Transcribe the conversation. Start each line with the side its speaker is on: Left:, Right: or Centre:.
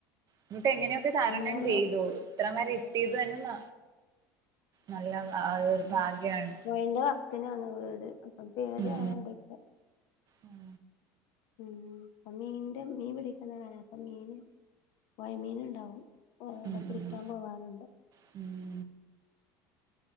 Right: എന്നിട്ട് എങ്ങനെ അതു തരണം
Left: നമ്മള്
Right: ചെയ്തു ഇത്രം വരെ എത്തിയത് തന്നെ ന നല്ല അതൊരു ഭാഗ്യാണ്
Left: പുഴന്റെ വക്കിനാണ് വീട് അപ്പം പേടിയാകുന്നുണ്ടേയ്
Right: ഉം ഉം
Left: ഉം അപ്പ മീന്റെ മീൻ പിടിക്ണകാല അപ്പ മീൻ പൊയ മീനുണ്ടാവും കൊറെ അവിടെ
Right: ഉം
Left: പിടിക്കാൻ
Right: ഉം
Left: പോവാറുണ്ട്
Right: <inaudible>